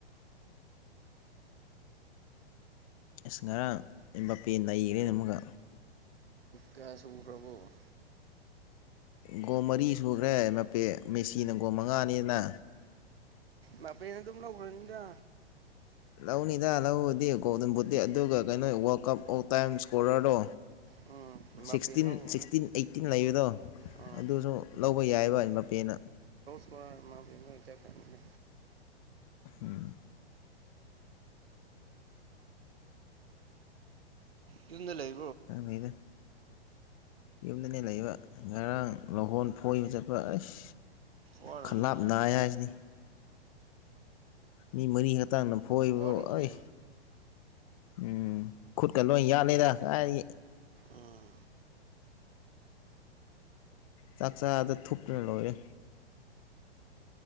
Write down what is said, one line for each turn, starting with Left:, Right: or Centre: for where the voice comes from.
Left: ꯑꯁ ꯉꯔ ꯑꯩ ꯄꯦ ꯂꯩꯈꯔꯦ ꯑꯃꯒ
Right: ꯀ ꯁ ꯐ꯭ꯔꯕꯣ
Left: ꯒꯣ ꯃꯔꯤ ꯁꯨꯈ꯭ꯔꯦ ꯃꯄꯦ ꯃꯦꯁꯤꯅ ꯒꯣ ꯃꯉꯥꯅꯤꯅ
Right: ꯃꯄꯦꯅ ꯑꯗꯨꯝ ꯂꯧꯥꯎꯈ꯭ꯔꯅꯤꯗ
Left: ꯂꯧꯅꯤꯗ ꯂꯧꯗꯦ ꯀꯧ ꯑꯗꯨꯝꯕꯨꯗꯤꯦ ꯑꯗꯨꯒ ꯀꯩꯅꯣ ꯋꯥꯔꯜ ꯀꯞ ꯑꯣꯐ ꯇꯥꯏꯝ ꯏꯁꯀꯣꯔꯔꯗꯣ
Right: ꯎꯝ ꯃꯥꯄꯦ
Left: ꯁꯤꯛꯁꯇꯤꯟ
Right: ꯂꯧꯔꯅꯤ
Left: ꯁꯤꯛꯁꯇꯤꯟ ꯑꯩꯠꯇꯤꯟ ꯂꯩꯕꯗꯣ
Right: ꯑꯥ
Left: ꯑꯗꯨꯁꯨ ꯂꯧꯕ ꯌꯥꯏꯕ ꯃꯄꯦꯅ
Right: ꯏ ꯃꯦꯕ ꯆꯈꯅꯤꯗ
Left: ꯎꯝ
Right: ꯏꯝ ꯂꯩ
Left: ꯑ ꯅꯗ ꯌꯨꯝꯗꯅꯦ ꯂꯩꯕ ꯉꯔꯥꯡ ꯂꯧꯍꯣꯟ ꯐꯣꯏꯕ ꯆꯠꯄ ꯑꯁ
Right: ꯋꯥꯔꯝꯅꯤꯅꯦ
Left: ꯈꯜꯪꯂꯥꯞ ꯅꯥꯏ ꯍꯥꯏꯁꯤꯅꯤ ꯃꯤ ꯃꯔꯤ ꯍꯛꯇꯥꯡꯅ ꯐꯣꯏꯕꯗ
Right: ꯋꯥꯔꯝꯅꯤ
Left: ꯑꯩ ꯎꯝ ꯈꯨꯠꯀ ꯂꯣꯏ ꯌꯥꯠꯂꯤꯗ ꯍꯥꯏ
Right: ꯎꯝ
Left: ꯆꯥꯛ ꯆꯥꯗ ꯊꯨꯞꯇꯅ ꯂꯣꯏꯔꯦ